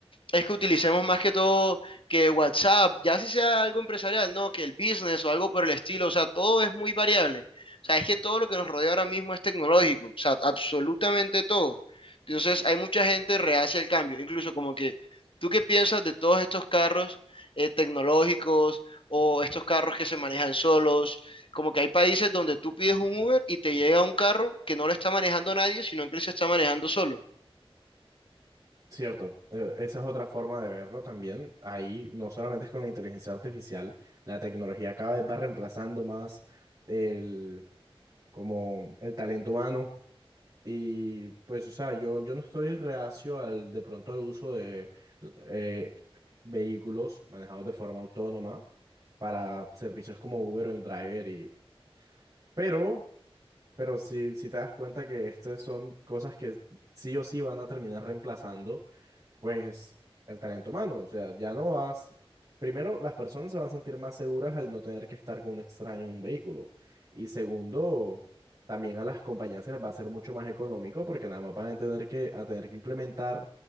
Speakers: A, on the left (about 60°); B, on the right (about 40°).
A: es que utilicemos más que todo que WhatsApp, ya si sea algo empresarial, no, que el business o algo por el estilo, o sea, todo es muy variable. O sea, es que todo lo que nos rodea ahora mismo es tecnológico, o sea, absolutamente todo. Entonces, hay mucha gente reacia al cambio, incluso como que, ¿tú qué piensas de todos estos carros eh, tecnológicos o estos carros que se manejan solos? Como que hay países donde tú pides un Uber y te llega un carro que no lo está manejando nadie, sino que él se está manejando solo.
B: Cierto, eh, esa es otra forma de verlo también. Ahí no solamente es con la inteligencia artificial, la tecnología cada vez va reemplazando más el, como el talento humano Y pues, o sea, yo, yo no estoy reacio al, de pronto al uso de eh, vehículos manejados de forma autónoma para servicios como Uber o Driver y, pero, pero si, si te das cuenta que estas son cosas que sí o sí van a terminar reemplazando pues el talento humano, o sea, ya no vas, primero las personas se van a sentir más seguras al no tener que estar con un extraño en un vehículo y segundo, también a las compañías se les va a hacer mucho más económico porque nada más van a tener que, a tener que implementar